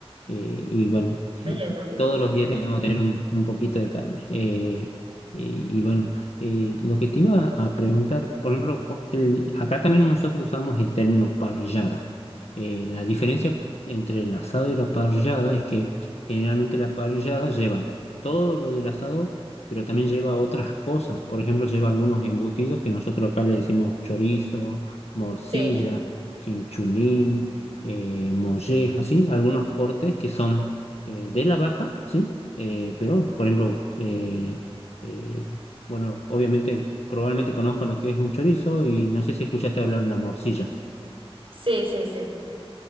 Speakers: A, on the left (about 85°); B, on the right (about 65°).
A: eh, y bueno, <laughs>
B: Ay, me imagino.
A: todos los días tengo que tener un, un poquito de carne. Eh, y, y bueno, eh, lo que te iba a preguntar, por ejemplo, el- acá también nosotros usamos el término parrillada. Eh, la diferencia entre el asado y la parrillada es que generalmente la parrillada lleva todo lo del asado, pero también lleva otras cosas. Por ejemplo, lleva algunos embutidos que nosotros acá le decimos chorizo, morcilla
B: Sí,
A: chinchulín, eh, molleja, ¿sí? Algunos cortes que son eh, de la vaca, ¿sí? Eh, pero, por ejemplo, eh, eh, bueno, obviamente, probablemente conozcas lo que es un chorizo y no sé si escuchaste hablar de la morcilla.
B: sí, sí, sí.